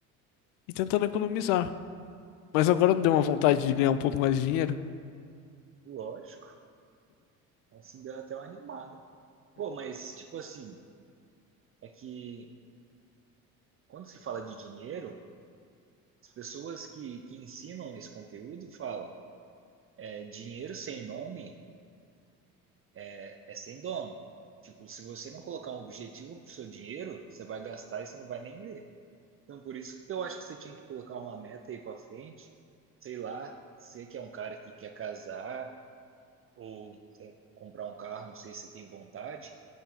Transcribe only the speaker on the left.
e tentando economizar. Mas agora me deu uma vontade de ganhar um pouco mais de dinheiro?